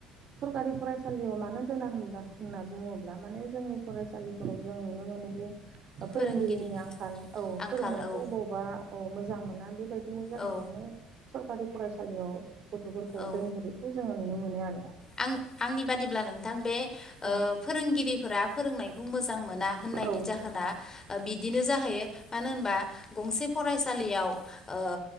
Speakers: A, on the right; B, on the left.
A: सरखारि फरायसालियाव मानो दोना होनब्ला होनना बुङोब्ला माने जोंनि फरायसालिफोराव जों नुनो मोनो
B: फोरोंगिरि
A: फोरोंगिरिनि आंखाल औ
B: आंखाल
A: फोरोंनायखौ
B: औ
A: अबावबा औ मोजां मोना बेबायदि बिनि जाहोनावनो
B: औ
A: सरकारि फरायसालियाव गथ'फोरखौ
B: औ
A: दोनहोरिखौ जोङो नुनो मोनो आरो
B: आं आंनि बादिब्ला नोंथां बे ओ
A: औ
B: फोरोंगिरिफोरा फोरोंनायखौ मोजां मोना होननायनि
A: औ
B: जाहोना बिदि बिदिनो जाहैयो मानो होनबा गंसे फरायसालियाव ओ